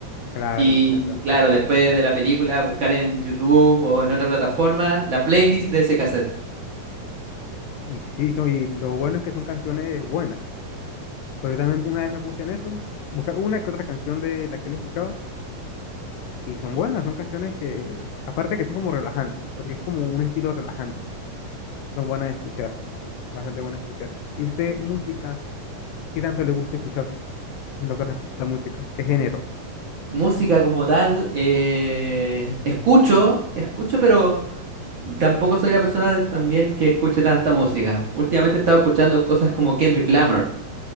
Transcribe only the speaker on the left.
Claro,
entiendo.
Y sí, son, y lo bueno es que son canciones buenas. Pero yo también una vez me puse en eso, buscar una que otra canción de la que él escuchaba, y son buenas, son canciones que, aparte que son como relajantes, porque es como un estilo relajante, son buenas de escuchar, bastante buenas de escuchar. ¿Y usted, música, qué tanto le gusta escuchar en lo que respecta a música? ¿Qué género?